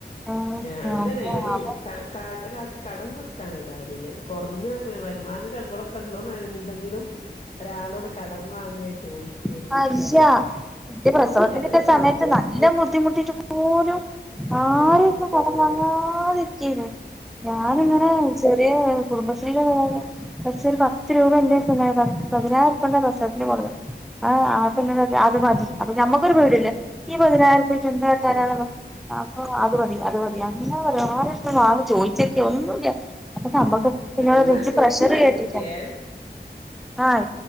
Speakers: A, in the centre; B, on the left.
A: ഏഹ്
B: അങ്ങതന്നെ
A: അപ്പൊ
B: ഇവെടിം
A: അവൻ
B: കാ കാ ഒരാൾക്ക് കടം കൊടുക്കാനെതായാലുല്ല കൊർഞ്ഞ വരുമാന ശമ്പളമൊക്കെ ഒള്ളൂന്നാ ഇണ്ടെങ്കിലും ഒരാളോട് കടം വാങ്ങെ ചോയി
A: <unintelligible> ഇൻ്റെ പ്രസവത്തിന്റെക്കെസമയത്ത്
B: ഇല്ലട്ടോ ഞങ്ങള്
A: നല്ല ബുദ്ധിമുട്ടിട്ട് പോലും ആരെട്ത്ന്ന്നും
B: ആഹ്
A: കടം വാങ്ങാതി <unintelligible> ഞാനിങ്ങനെ
B: ആഹ്
A: ചെറിയേ കുടുംബശ്രീല് പഷേ ഒരു പത്ത് രൂപ ഇന്റെതിണ്ടായാ പതിനായിരുറുപ്യുണ്ടാ പ്രസവത്തിന് <unintelligible> ആ ആ പന്നോടറ്യാ അത് മതി അപ്പൊ ഞമ്മക്കൊരു പേടിയേല്ല ഈ പതിനായിരറുപ്പ്യച്ച് എന്ത് കാട്ടാനാന്ന്ള്ളെ അപ്പൊ അത് മതി അത് മതി അങ്ങനെ പറയും ആരെടുത്തും ആള് ചോയ് ഒന്നൂല്ല്യ അപ്പൊ ഞമ്മക്കും അപന്നോടർയാ
B: എന്നാ
A: ഇജ്ജ്
B: ശരി
A: പ്രഷറ്
B: പിന്നെ
A: കേറ്റീട്ടാ
B: വിളിക്കേ
A: ആഹ്